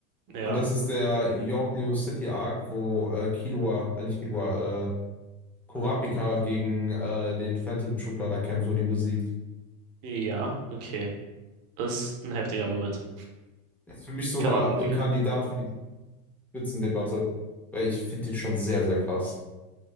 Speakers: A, on the right; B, in the centre.
A: Ja,
B: Und das ist der York New City Arc, wo äh, Killua, äh, nicht Killua, äh, Kurapika gegen äh, den Phantom Troopler da kämpft und ihn besiegt.
A: ja, okay. Ist ein heftiger Moment.
B: Ist für mich sogar
A: Kann man,
B: ein Kandidat für die Spitzendebatte, weil ich finde ihn schon sehr, sehr krass.